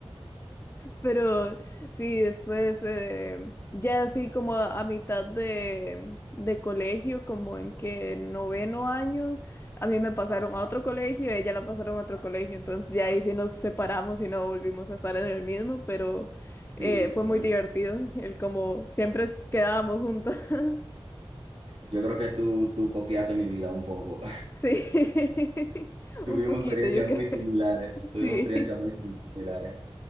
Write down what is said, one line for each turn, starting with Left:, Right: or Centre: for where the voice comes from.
Left: Pero sí, después, eh, ya así como a, a mitad de, de colegio, como en que noveno año, a mí me pasaron a otro colegio, y a ella la pasaron a otro colegio, entonces ya ahí sí nos separamos y no volvimos a estar en el mismo, pero eh,
Right: Sí,
Left: fue
Right: bueno,
Left: muy divertido, <laughs> el como siempre es- quedábamos juntas. <laughs>
Right: yo creo que tú, tú copiaste mi vida un poco.
Left: Sí, <laughs>
Right: Tuvimos
Left: un poquito,
Right: experiencias
Left: yo creo.
Right: muy similares,
Left: <laughs>
Right: tuvimos
Left: Sí,
Right: experiencias muy similares.